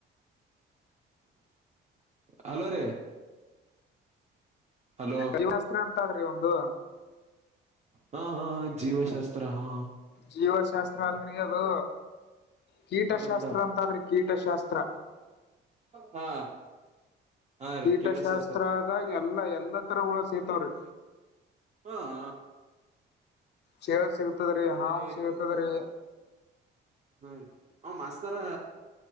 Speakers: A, on the right; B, on the left.
A: ಹಲೋ ರೀ ಹಲೋ
B: ದೈವಸ್ತ್ರ ಅಂತಾದ್ರಿ ಒಂದು.
A: ಹಾ ಹಾ ಹಾ ಜೀವಶಾಸ್ತ್ರ ಹಾ.
B: ಜೀವಶಾಸ್ತ್ರ ಅಲ್ರರಿ ಅದು. ಕೀಟಶಾಸ್ತ್ರ
A: ಮಾತಾಡಂತ
B: ಅಂತಾದ್ರೀ ಕೀಟಶಾಸ್ತ್ರ.
A: ಹಾ ಹಾ
B: ಕೀಟಶಾಸ್ತ್ರದಾಗ
A: ರೀ ಕೀಟಶಾಸ್ತ್ರ
B: ಎಲ್ಲಾ ಎಲ್ಲ ತರ ಹುಳ ಸಿಗತವ್ರೀ.
A: ಹೊ ಹಾ
B: ಚೇಳು ಸಿಗತವ್ರೀ
A: ಇದು
B: ಹಾವು ಸಿಗತದ್ರಿ.
A: ಹು ರೀ, ಹೊ ಮಾಸ್ತರಾ